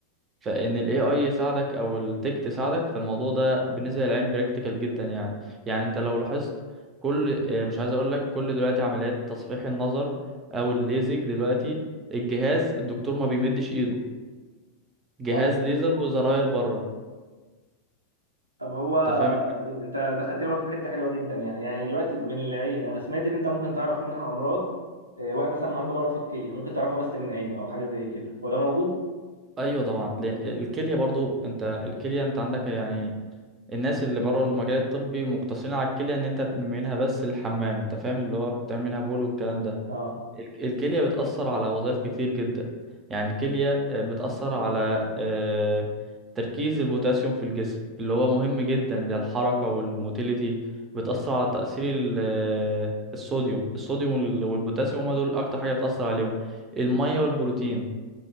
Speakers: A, on the right; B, on the right.
A: فان الاي اي يساعدك او التك تساعدك فالموضوع ده بالنسبه للعين براكتيكال جدا يعني يعني انت لو لاحظت كل آه، مش عايز اقول لك كل دلوقتي عمليات تصحيح النظر او الليزك دلوقتي الجهاز الدكتور ما بيمدش ايده جهاز
B: ايوه
A: ليزر وزراير بره
B: طب هو
A: انت فاهم
B: انت دخلتني برضه في حته حلوه جدا يعني يعني دلوقتي من العين انا سمعت ان انت ممكن تعرف منها امراض آه، واحد مثلا عنده مرض في الكليه ممكن تعرفها بس من عينه او حاجه زي كده هو ده موجود
A: ايوه طبعا لأن الكليه برضو انت الكليه انت عندك يعني الناس اللي بره المجال الطبي مقتصرين على الكليه ان انت منها بس الحمام انت فاهم اللي هو بتعمل منها بول والكلام ده
B: اه
A: ال- الكليه بتاثر على وظائف كتير جدا يعني الكليه آه، بتاثر على آه، تركيز البوتاسيوم في الجسم اللي هو مهم جدا للحركه والموتيليتي بتاثر على تاثير ال- آه، الصوديوم الصوديوم وال- والبوتاسيوم هما دول اكتر حاجه بتاثر عليهم الميه والبروتين